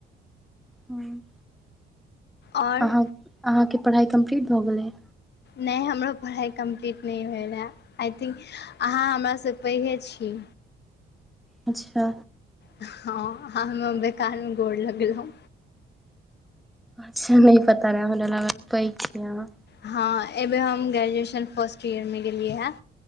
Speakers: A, in the centre; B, on the left.
A: हूँ
B: आओर
A: अहाँ अहाँके पढ़ाइ कम्प्लीट भऽ गेलै।
B: नहि हमरो पढ़ाइ कम्प्लीट नहि भेलहैं। आइ थिंक अहाँ हमरा से पैेघे छी।
A: अच्छा
B: हँ अहाॅं हमरा बेकार मे गोड़ लगलहुं।
A: अच्छा नहि पता रहे हमरा लागल पैघ हेबइ अहाँ
B: हँ एबे हम ग्रेजुएशन फर्स्ट ईयर मे गेलियै है।